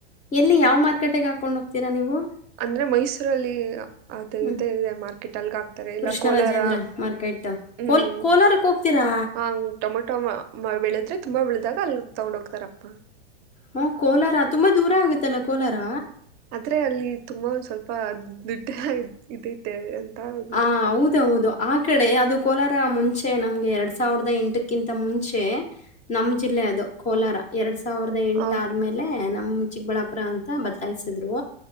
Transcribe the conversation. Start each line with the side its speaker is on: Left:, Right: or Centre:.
Left: ಎಲ್ಲಿ ಯಾವ ಮಾರ್ಕೆಟ್ ಹಾಕೊಂಡ್ ಹೋಗ್ತೀರಾ ನೀವು.
Right: ಅಂದ್ರೆ ಮೈಸೂರಲ್ಲಿ ಅದು
Left: ಹ್ಮ್
Right: ಇದೆ ಇದೆ ಮಾರ್ ಕಟಲ್ಗಾ ಇಲ್ಲ
Left: ಕೃಷ್ಣರಾಜೇಂದ್ರ
Right: ಕೋಲಾರ
Left: ಮಾರ್ಕೆಟ್
Right: ಹ್ಮ್
Left: ಕೋಲ್ ಕೋಲಾರಕ್ಕೆ ಹೋಗ್ತೀರಾ
Right: ಹಾ ಟೊಮೆಟೊ ಬೆಳದ್ರೆ ತುಂಬಾ ಬೆಳೆದಾಗ್ ಕಲ್ಲ ತಗೊಂಡ ಹೋಗ್ತಾರಪ್ಪ.
Left: ಹ ಕೋಲಾರ ತುಂಬಾ ದೂರ ಆಗತ್ತಲ್ಲ ಕೋಲಾರ.
Right: ಆದ್ರೆ ಅಲ್ಲಿ ತುಂಬಾ ಒಂದ ಸ್ವಲ್ಪ ಾ ದುಡ್ಡ ಇದೈತೆ ಅಂತ ಮಾಡ್ತಾರೆ.
Left: ಆ ಹೌದೌದು ಆ ಕಡೆ ಅದು ಕೋಲಾರ ಮುಂಚೆ ನಮ್ಗೆ ಎರಡ್ ಸಾವಿರದ ಎಂಟಕ್ಕಿಂತ ಮುಂಚೆ ನಮ್ ಜಿಲ್ಲೆ ಅದು ಕೋಲಾರ ಎರಡ್ ಸಾವಿರದ ಎಂಟ
Right: ಹೌ-
Left: ಆದ್ಮೇಲೆ ನ ಹ ಚಿಕ್ಕಬಳ್ಳಾಪುರ ಅಂತ ಬದಲಾಯಿಸಿದ್ರು